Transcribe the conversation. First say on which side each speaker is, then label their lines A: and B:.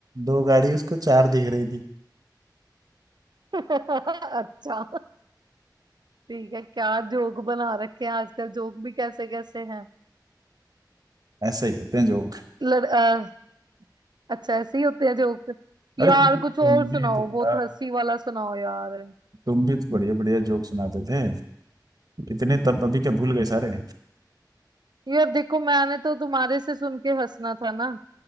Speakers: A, on the right (about 55°); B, on the right (about 70°).
A: दो गाड़ी उसको चार दिख रही थी
B: <laughs> अच्छा ठीक है क्या जोक बना रखे हैं आजकल जोक भी कैसे कैसे हैं
A: ऐसा ही होते हैं जोक
B: लड़, अ, अच्छा ऐसे ही होते हैं जोक
A: अरे
B: यार
A: तुम तुम
B: कुछ और सुनाओ
A: भी तो यार
B: बहुत हंसी वाला सुनाओ यार
A: तुम भी तो बढ़िया बढ़िया जोक सुनाते थे इतने तब अभी क्या भूल गए सारे हाँ,
B: यार देखो मैंने तो तुम्हारे से सुन के हंसना था ना